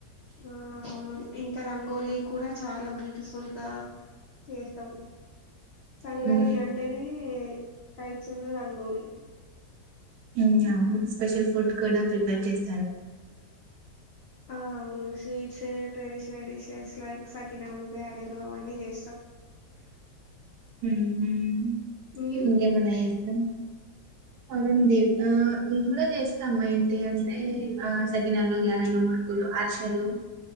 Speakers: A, on the left (about 85°); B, on the right (about 70°).
A: ఆ అవును ఇంకా రంగోలి కూడ చాల బ్యూటిఫుల్ గా చేస్తం సంక్రాంతి
B: హ్మ్.
A: అంటేనే కైట్సు ను, రంగోలి.
B: మ్ అవును స్పెషల్ ఫుడ్ కూడా ప్రిపేర్ చేస్తా.
A: ఆ అవును స్వీట్స్ ఏ ట్రేడిషన్ డిషెస్ లైక్ సకినాలు, గారెలు అవన్నీ చేస్తం.
B: మ్ మ్
A: మీరు
B: ఇంకేమన్న యేస్త బావుంది ఆ మేము కూడ చేస్తాము ఏంటి అంటే ఆసకి సకినాలు, గ్యారలు, ముర్కులు, అర్షలు.